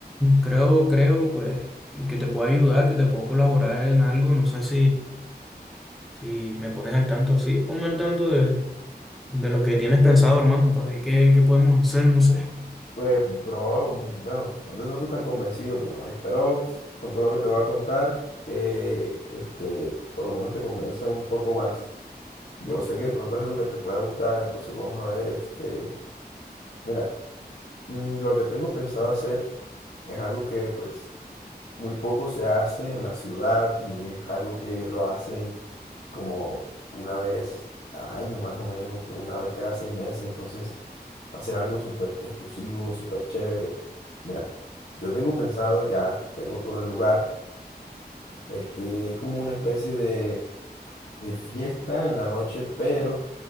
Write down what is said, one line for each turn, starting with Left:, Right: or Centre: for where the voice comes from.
Centre: creo, creo, pues, que te puedo ayudar, que te puedo colaborar en algo. No sé si, si me pones al tanto. Sí, ponme al tanto de, de lo que tienes pensado, hermano, para ver qué, qué podemos hacer, no sé.
Left: Pues, bro, mm, bueno, no te noto tan convencido, pero espero con todo lo que te voy a contar que este, por lo menos te convenza un poco más. Yo
Centre: Ok.
Left: sé que de pronto es algo que te pueda gustar, entonces vamos a ver, este, mira, mm, lo que tengo pensado hacer es algo que pues muy poco se hace en la ciudad y es algo que lo hacen como una vez al año más o menos o una vez cada seis meses, entonces va a ser algo súper exclusivo, súper chévere. Mira, yo tengo pensado, ya tengo todo el lugar, este es como una especie de, de fiesta en la noche, pero